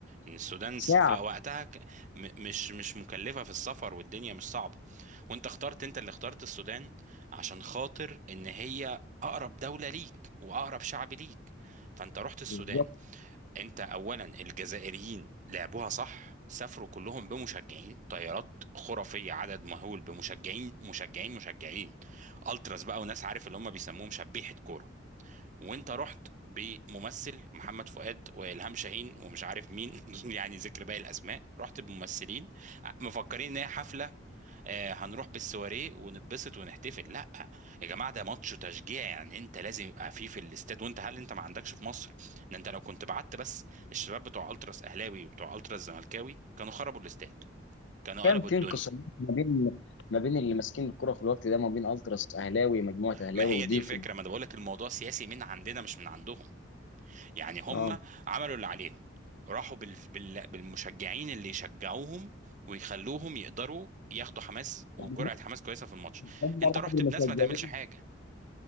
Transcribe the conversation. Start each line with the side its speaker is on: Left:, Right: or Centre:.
Right: ان السودان
Left: ساعه
Right: س- في وقتها ك- م- مش مش مكلفة في السفر والدنيا مش صعبة وانت اخترت انت اللي اخترت السودان عشان خاطر ان هي اقرب دولة ليك واقرب شعب ليك فانت رحت السودان
Left: بالظبط
Right: انت اولا الجزائريين لعبوها صح سافروا كلهم بمشجعين طيارات خرافيه عدد مهول بمشجعين مشجعين مشجعين التراس بقى وناس عارف اللي هم بيسموهم شبيحه كوره وانت رحت بممثل محمد فؤاد والهام شاهين ومش عارف مين <laughs> يعني ذكر باقي الاسماء رحت بممثلين مفكرين ان هي حفله آه، هنروح بالسواريه ونتبسط ونحتفل لا يا جماعه ده ماتش تشجيع يعني انت لازم يبقى فيه في الاستاد وانت هل انت ما عندكش في مصر ده انت لو كنت بعت بس الشباب بتوع التراس اهلاوي وبتوع التراس زملكاوي كانوا خربوا الاستاد كانوا
Left: كان
Right: قلبوا
Left: في
Right: الدنيا
Left: انقسام ما بين ما بين اللي ماسكين الكره في الوقت ده ما بين التراس اهلاوي مجموعه اهلاوي
Right: ما هي
Left: ودي
Right: دي الفكره
Left: في
Right: ما انا بقول لك الموضوع سياسي من عندنا مش من عندهم يعني هم
Left: اه
Right: عملوا اللي عليهم راحوا بال... بال... بالمشجعين اللي يشجعوهم ويخلوهم يقدروا ياخدوا حماس وجرعه
Left: يعني
Right: حماس كويسه في الماتش
Left: هم
Right: انت
Left: راحوا
Right: رحت
Left: بالمشجعين
Right: بناس ما تعملش حاجه